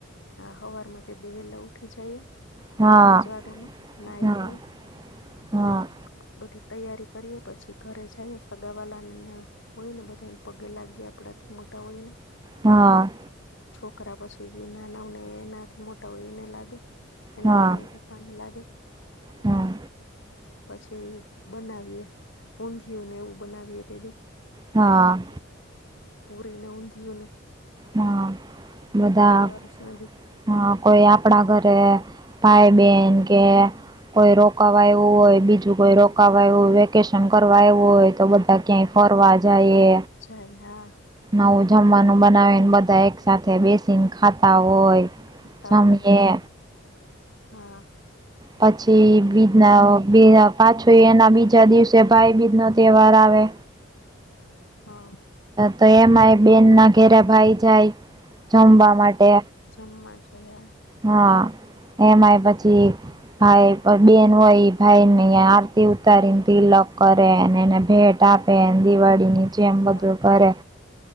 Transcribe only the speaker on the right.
હા
હા
હા
હા.
હા
હા
હા.
હા બધા
હા કોઈ આપડા ઘરે ભાઈ બહેન કે. કોઈ રોકવા આવવું હોય બીજું કોઈ રોકવા આવું હોય વેકેશન કરવા આવું હોય તો બધા. ક્યાં ફરવા
જા એ.
નવું જમવાનું બનાવીને બધા એક સાથેથે બેસીને ખાતા હોય.
જમીએ
પછી બીજના. બ પાછો એના બીજા દિવસે ભાઈ બીજ નો તહેવાર આવે.
તો એમાં એ બેન ના ઘેરે ભાઈ જાય જમવા માટે.
હા એમાંય પછી ભાઈ બેન હોય ભાઈ ને તે ઉતારી ને તિલક કરે અને એને ભેટ તાપે દિવાળી ની જેમ
બધું કરે.